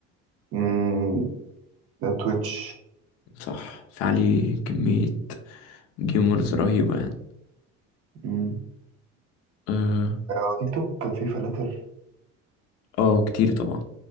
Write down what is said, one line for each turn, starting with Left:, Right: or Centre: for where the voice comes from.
Right: مم، ده تويتش
Left: صح في عليه كمية جيمرز رهيبة يعني
Right: مم.
Left: اه
Right: آه، تيك توك فيه فلاتر
Left: آه، كتير طبعا